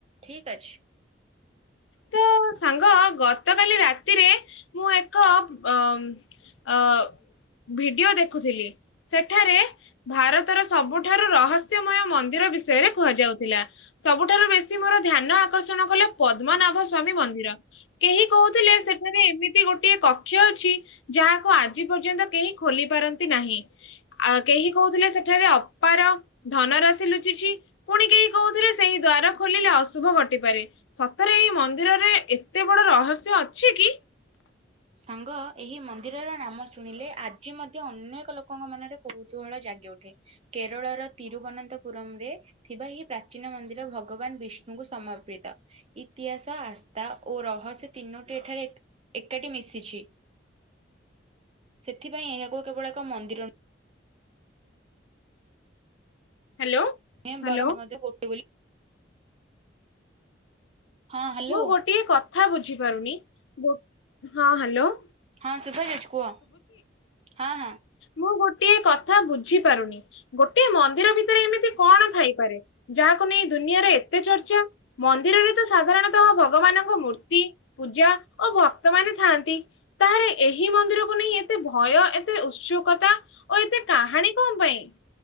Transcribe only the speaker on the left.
ତ ସାଙ୍ଗ ଗତକାଲି ରାତିରେ ମୁଁ ଏକ ଅ ଅ ଭିଡିଓ ଦେଖୁଥିଲି ସେଠାରେ ଭାରତର ସବୁଠାରୁ ରହସ୍ୟମୟ ମ ମନ୍ଦିର ବିଷୟରେ କୁହାଯାଉଥିଲା ସବୁଠାରୁ ବେଶୀ ମୋର ଧ୍ୟାନ ଆକର୍ଷଣ କଲେ ପଦ୍ମନାଭ ସ୍ଵାମୀ ମନ୍ଦିର କେହି କହୁଥିଲେ ସେଠାରେ ଏମିତି ଗୋଟିଏ କକ୍ଷ ଅଛି ଯା ଯାହାକୁ ଆଜି ପର୍ଯ୍ୟନ୍ତ କେହି ଖୋଲି ପାରନ୍ତି ନାହିଁ ଆ କେହି କହୁଥିଲେ ସେଠାରେ ଅପାର ଧନ ରାଶି ଲୁଚିଛି ପୁଣି କେହି କହୁଥିଲେ ସେହି ଦ୍ୱାର ଖୋଲିଲେ ଅଶୁଭ ଘଟି ପାରେ। ସତରେ ଏଇ ମନ୍ଦିରରେ ଏତେ ବଡ ରହସ୍ୟ ଅଛି କି?
ହ୍ୟାଲୋ
ହ୍ୟାଲୋ
ମୁଁ ଗୋଟିଏ କଥା ବୁଝି ପାରୁନି ଗୋ ହଁ ହାଲୋ।
ମୁଁ ଗୋଟିଏ କଥା ବୁଝି ପାରୁନି ଗୋଟିଏ ମନ୍ଦିର ଭିତରେ ଏମିତି କଣ ଥାଇପାରେ ଯାହାକୁ କୁ ନେଇ ଦୁନିଆରେ ଏତେ ଚର୍ଚ୍ଚା ମନ୍ଦିରରେ ତ ସାଧାରଣତଃ ଭଗବାନଙ୍କ ମୂର୍ତ୍ତି ପୂଜା ଓ ଭକ୍ତ ମାନେ ଥାଆନ୍ତି ତାହେଲେ ଏହି ମନ୍ଦିରକୁ ନେଇ ଏତେ ଭୟ ଏ ଏତେ ଉତ୍ସକତା ଓ ଏତେ କାହାଣୀ କଣ ପାଇଁ?